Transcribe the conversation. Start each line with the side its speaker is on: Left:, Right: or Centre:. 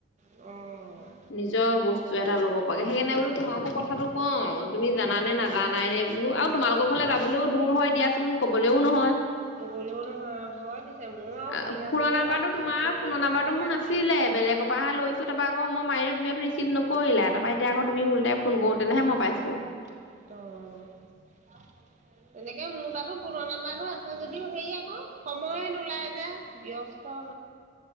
Right: অ',
Left: নিজৰ বস্তু এটা ল'ব পাগে সেইকাৰণে বোলো তোমাকো কথাটো কওঁ তুমি জান নে নাজানাই নে বোলো আৰু তোমালোকৰ ঘৰলে যাবলৈও দূৰ হয় দিয়াচোন কবলৈও নহয়
Right: ক'বলো হয় <unintelligible> আৰু
Left: অ
Right: সুবিধা
Left: ফোনৰ
Right: কৰিবলৈও
Left: নাম্বাৰটো তোমাৰ
Right: ফোন
Left: ফোনৰ
Right: কৰিবলৈও
Left: নাম্বাৰটো
Right: সুবিধা
Left: মোৰ নাছিলে
Right: নিমিলে
Left: বেলেগৰ পৰাহে তাপা আকৌ মই মাৰিলো তুমি ৰিচিব নকৰিলা তাপা এতিয়া আকৌ তুমি উলটাই ফোন কৰো তেনেহে মই পাইছো
Right: অ', তেনেকে মোৰ তাতো ফোনৰ নাম্বাৰটো আছে যদিও হেৰি আকৌ সময়ে নোলাই যে ব্যস্ত